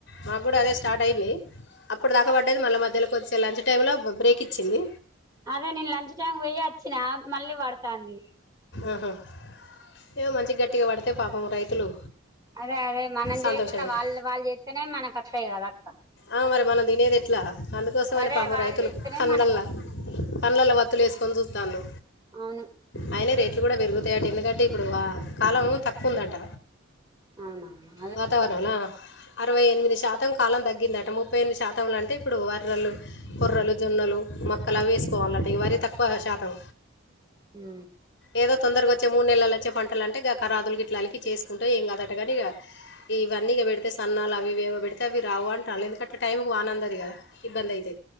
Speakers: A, on the left; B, on the right.
A: మా కూడా అదే స్టార్ట్ అయింది అప్పుడు దాకా పడ్డది మళ్ళీ మధ్యల కొద్దిసే లంచ్ టైమ్ లో బ్రేక్ ఇచ్చింది
B: అదే నేను లంచ్ టైం పోయి వచ్చిన మళ్ళీ పడతాంది
A: ఆహా ఏమో మంచి గట్టిగా పడితే పాపం రైతులు
B: అదే అదే మనం
A: సంతోషంగా
B: చేయకున్న వాళ్ళు వాళ్ళు చేస్తేనే మనకు వత్తయి కదా అక్క
A: ఆ మరి మనం తినేది ఎట్లా అందుకోసం అని
B: అదే
A: పాపం
B: వాళ్ళు
A: రైతులు
B: చేస్తేనే
A: కన్లల్ల
B: మనకు
A: కండ్లల్ల వత్తులు వేసుకొని చుత్తాలు
B: అవును
A: అయిన రేట్లు కూడా పెరుగుతాయట ఎందుకంటే ఇప్పుడు కాలం తక్కువ ఉందంట
B: అవున
A: వాతావరణంలా అరవైఎనిమిది శాతం. మొత్తం కాలం తగ్గిందట ముప్పై ఎనిమిది శాతంలో అంటే ఇప్పుడు యర్రలు కొర్రలు జొన్నలు మొక్కలు వేసుకోవాలంట ఇవ్వని తక్కువ శాతం
B: హు
A: ఏదో తొందరగా వచ్చే మూడు నెలలు వచ్చే పంటలు అంటే గ రాదులు గ ఇట్లాలకి చేసుకుంటే ఏం కాదుదటటుగానీ ఇవన్నీక పెడితే సన్నాలు అవివిమో పెడితే అవి రావు అంటారు ఎందుకంటే టైంకి వానందిది కదా ఇబ్బంది అయితే